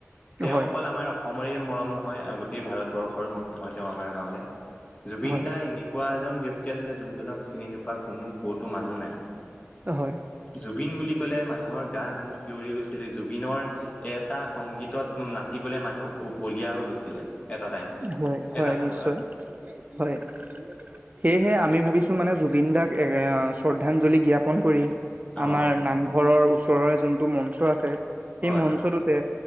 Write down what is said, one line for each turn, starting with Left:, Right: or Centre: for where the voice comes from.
Left: তেওঁ
Right: হয়
Left: অকল আমাৰ অসমৰে মৰম নহয় গোটেই ভাৰতবৰ্ষৰ মৰম হয় তেওঁ আমাৰ কাৰণে। জুবিন
Right: হয়
Left: দা এনেকুৱা এজন ব্যক্তি আছিলে যোনজনক চিনি নোপোৱা কোনো ক'তো মানুহ নাই।
Right: হয়
Left: জুবিন বুলি ক'লে মানুহৰ গা নোম শিয়ৰি গৈছিলে। জুবিনৰ এ এটা সংগীতত, নাচিবলৈ মানুহ বলিয়া হৈ গৈছিলে। এটা টাইমত
Right: হয় হয়
Left: এটা সময়ত
Right: নিশ্চয় হয় সেয়হে আ- আমি ভাবিছো মানে জুবিন দাক এ শ্ৰদ্ধাঞ্জলি জ্ঞাপন কৰি
Left: হয়
Right: আমাৰ নামঘৰৰ। ওচৰৰে যোনটো মঞ্চ আছে সেই
Left: হয়
Right: মঞ্চটোতে
Left: হয়